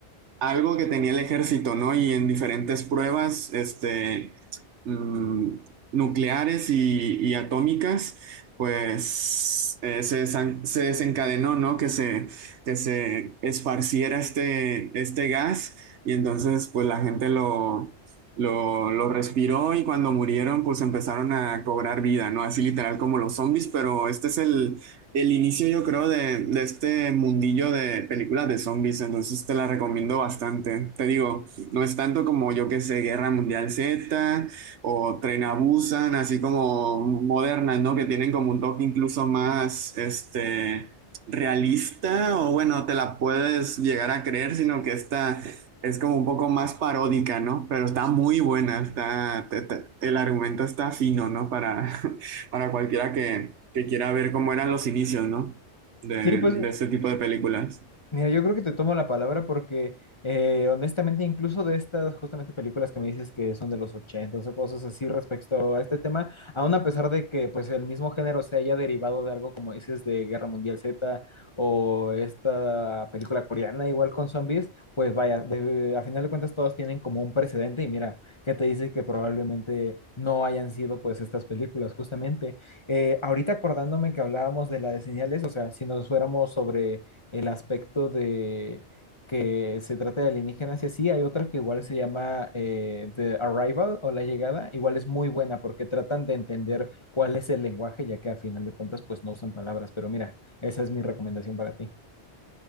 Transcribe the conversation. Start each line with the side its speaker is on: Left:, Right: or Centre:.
Right: algo que tenía el ejército, ¿no? Y en diferentes pruebas, este, mm, nucleares y, y atómicas, pues eh, se, desan- se desencadenó, ¿no? Que se, que se esparciera este, este gas y entonces, pues la gente lo, lo, lo respiró y cuando murieron, pues empezaron a cobrar vida, ¿no? Así literal como los zombies, pero este es el el inicio, yo creo, de, de este mundillo de películas de zombies, entonces te la recomiendo bastante. Te digo, no es tanto como yo que sé, Guerra Mundial Z o Tren a Busan, así como modernas, ¿no? Que tienen como un toque incluso más, este, realista o bueno, te la puedes llegar a creer, sino que esta es como un poco más paródica, ¿no? Pero está muy buena, está, te- te- el argumento está fino, ¿no? Para, <laughs> Para cualquiera que, que quiera ver cómo eran los inicios, ¿no? De,
Left: Sí, pues
Right: de este tipo de películas.
Left: Mira, yo creo que te tomo la palabra porque eh, honestamente incluso de estas justamente películas que me dices que son de los 80 o cosas así respecto a este tema, aún a pesar de que pues el mismo género se haya derivado de algo como dices de Guerra Mundial Z o esta película coreana igual con zombies, pues vaya, de- a final de cuentas todos tienen como un precedente y mira, que te dice que probablemente no hayan sido pues estas películas justamente. Eh, ahorita acordándome que hablábamos de la de señales, o sea, si nos fuéramos sobre el aspecto de que se trata de alienígenas y así. Hay otra que igual se llama eh, The Arrival o La Llegada. Igual es muy buena porque tratan de entender cuál es el lenguaje, ya que a final de cuentas pues no usan palabras. Pero mira, esa es mi recomendación para ti.